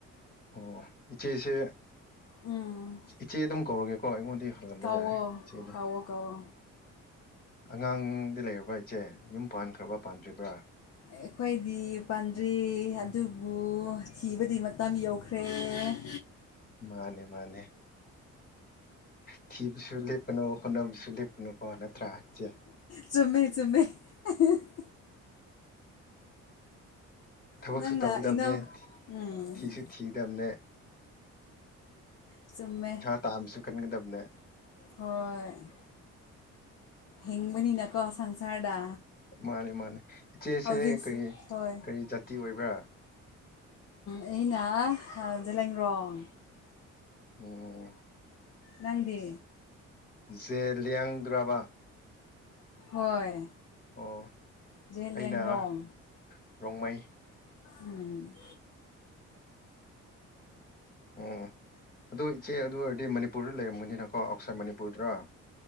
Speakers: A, on the left (about 30°); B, on the left (about 55°).
A: ꯑꯣ ꯏꯆꯦꯁꯦ
B: ꯎꯝ
A: ꯏꯆꯦ ꯑꯗꯨꯝ ꯀꯧꯔꯒꯦꯀꯣ ꯑꯩꯉꯣꯟꯗꯤ ꯍꯜꯂꯝꯕ
B: ꯀꯧꯋꯣ
A: ꯌꯥꯏ ꯏꯆꯦꯗ
B: ꯀꯧꯋꯣ ꯀꯧꯋꯣ
A: ꯑꯉꯥꯡꯗꯤ ꯂꯩꯔꯕ ꯏꯆꯦ ꯌꯨꯝ ꯄꯥꯟꯈ꯭ꯔꯕ ꯄꯥꯟꯗ꯭ꯔꯤꯕ꯭ꯔꯥ
B: ꯑꯩꯈꯣꯏꯗꯤ ꯄꯥꯟꯗ꯭ꯔꯤ ꯑꯗꯨꯕꯨ ꯊꯤꯕꯗꯤ ꯃꯇꯝ ꯌꯧꯈ꯭ꯔꯦ ꯄꯦ
A: ꯃꯥꯅꯦ ꯃꯥꯅꯦ ꯊꯤꯕꯁꯨ ꯂꯦꯞꯀꯅꯣ ꯍꯣꯠꯅꯕꯁꯨ ꯂꯦꯞ ꯀꯅꯨꯀꯣ ꯅꯠꯇ꯭ꯔꯥ ꯏꯆꯦ
B: ꯆꯨꯝꯃꯦ ꯆꯨꯝꯃꯦ ꯑꯍꯦꯍ
A: ꯊꯕꯛꯁꯨ
B: ꯅꯪꯅ
A: ꯇꯧꯒꯗꯕꯅꯦ
B: ꯏꯅꯧ
A: ꯊꯤ
B: ꯎꯝ
A: ꯊꯤꯁꯨ ꯊꯤꯗꯝꯅꯦ
B: ꯁꯨꯝꯃꯦ
A: ꯇꯥꯝꯁꯨ ꯈꯟꯒꯗꯕꯅꯦ
B: ꯍꯣꯏ ꯍꯤꯡꯕꯅꯤꯅꯀꯣ ꯁꯪꯁꯥꯔꯗ
A: ꯃꯥꯅꯤ ꯃꯥꯅꯦ ꯏꯆꯦꯁꯦ
B: ꯍꯧꯖꯤꯛꯁꯨ
A: ꯀꯔꯤ
B: ꯍꯣꯏ
A: ꯀꯔꯤ ꯖꯥꯇꯤ ꯑꯣꯏꯕ꯭ꯔꯥ
B: ꯑꯩꯅ ꯖꯂꯔꯣꯡ
A: ꯑꯣ
B: ꯅꯗꯤ
A: ꯖꯦꯂꯤꯌꯥꯡꯗꯨꯔꯥꯕ
B: ꯍꯣꯏ
A: ꯑꯣ
B: ꯖꯦꯂꯤꯌꯥꯡꯔꯣꯡ
A: ꯑꯩꯅ ꯔꯣꯡꯃꯩ
B: ꯎꯝ
A: ꯑꯣ ꯑꯗꯣ ꯏꯆꯦ ꯑꯗꯨ ꯑꯣꯏꯔꯗꯤ ꯃꯅꯤꯄꯨꯔꯗ ꯂꯩꯔꯝꯒꯅꯤꯅꯀꯣ ꯑꯥꯎꯠꯁꯥꯏꯠ ꯃꯅꯤꯄꯨꯔꯗꯔ